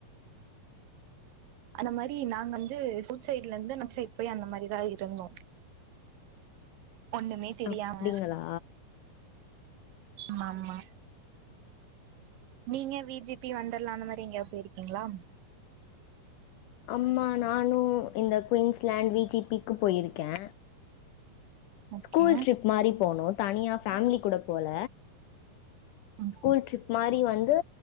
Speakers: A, on the right; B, on the left.
A: அந்த மாதிரி நாங்க வந்து சவுத் சைட்ல இருந்து நார்த் சைட் போய் அந்த மாதிரிதா இருந்தோ ஒண்ணுமே தெரியாம
B: அப்படிங்களா
A: மா மா நீங்க வி ஜி பி வொண்டர்லா அந்த மாதிரி எங்கயா போயிருக்கீங்களா
B: அம்மா நானு இந்த குயின்ஸ்லாண்ட் வி ஜி பி க்கு போயிருக்க
A: ஓகே
B: ஸ்கூல் ட்ரிப் மாதிரி போனோ தனியா ஃபேமிலி கூட போல
A: ம்
B: ஸ்கூல் ட்ரிப் மாதிரி வந்து